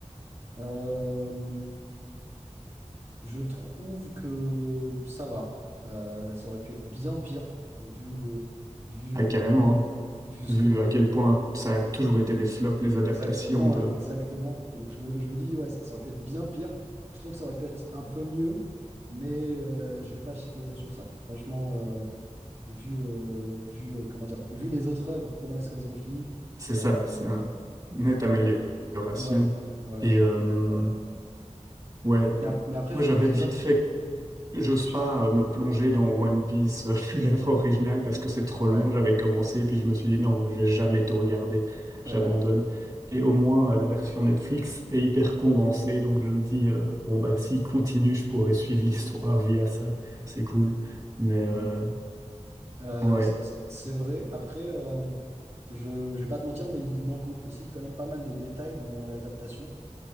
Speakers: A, on the right; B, on the right.
A: Euh, je trouve que ça va. Euh, ça aurait pu être bien pire, vu, euh, vu,
B: Ah,
A: euh,
B: carrément, hein.
A: vu ce
B: Vu
A: que les...
B: à quel point
A: <laughs>
B: ça a toujours été des flops, les adaptations
A: Exactement, ouais, exactement. Donc je me, je me dis, ouais, ça, ça aurait pu être bien pire. Je trouve que ça aurait pu être un peu mieux, mais euh, je vais pas chipoter sur ça. Franchement, euh, vu, euh, vu, euh, comment dire, vu les autres œuvres, comment est-ce qu'elles ont fini.
B: C'est
A: Euh,
B: ça, c'est un- une nette amélioration.
A: ouais, ouais, ouais,
B: Et euh,
A: on est d'accord, ouais.
B: ouais,
A: Mais, ap- mais après,
B: moi
A: je,
B: j'avais
A: je sais
B: vite
A: pas si...
B: fait, j'ose
A: je
B: pas
A: sais-
B: euh, me plonger dans One Piece,
A: Hmm.
B: euh, <laughs> l'œuvre originale, parce que c'est trop
A: Ouais,
B: long. J'avais commencé, puis je me suis dit non, je vais jamais tout regarder,
A: <laughs>
B: j'abandonne.
A: ouais, ouais.
B: Et au moins, euh, la version Netflix est hyper condensée, donc je me dis, euh, bon, bah s'il continue, je pourrais suivre <laughs> l'histoire via ça, c'est cool. Mais euh,
A: Hmm. Euh,
B: ouais,
A: c- c- c'est vrai. Après, euh, je, je vais pas te mentir, mais il manque au- aussi quand même pas mal de détails dans l'adaptation.